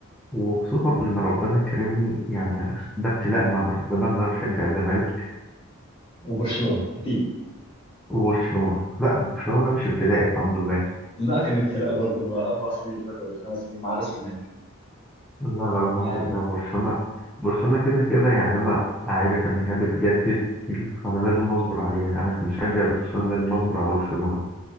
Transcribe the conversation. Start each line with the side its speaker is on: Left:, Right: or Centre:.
Centre: وخصوصا إن ربنا كرمني يعني ده ابتلاء من ربنا إن أنا بشجع الزمالك
Left: وبرشلونه اكيد
Centre: وبرشلونة لا برشلونة ده مش ابتلاء الحمد لله
Left: لا كان ابتلاء برضه ما اربع سنين اللي فاتوا ولا خمس سنين ما عدا السنه دي
Centre: لا لا الحمد
Left: يعني
Centre: لله برشلونة برشلونة كده كده يعني أنا عارف إن هي بتجدد كتير، فأنا لازم أصبر عليها يعني أنا كمشجع لبرشلونة لازم أصبر على برشلونة